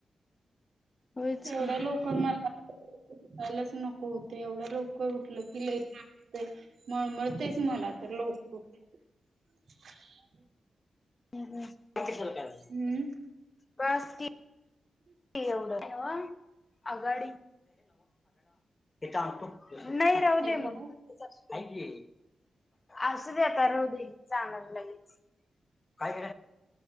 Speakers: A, on the left; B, on the right.
A: होयच
B: एवढ्या
A: की
B: लवकर मला पाहिलास नकोत ते एवढ्या ललव कर उठलं कि लई ते मळमळतेच मला तर लवकर उठ हम्
A: हम्म हम्म.
B: हम्म
A: बस की एवढं ना आगाडी एक आणतो नाही राहू
B: हॅलो
A: दे मग हाय की. असू दे, आता राहू दे. जाणार लगेच काय